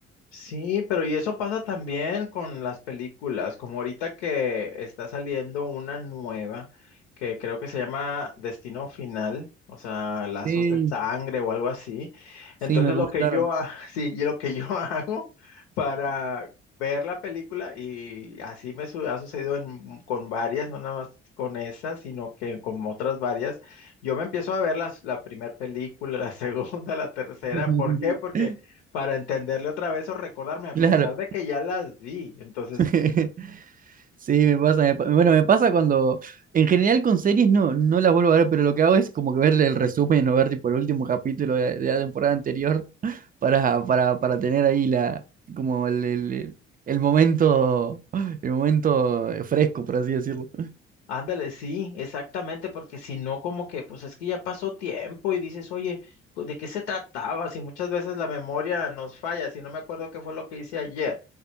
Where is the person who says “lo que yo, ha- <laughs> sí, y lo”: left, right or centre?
Left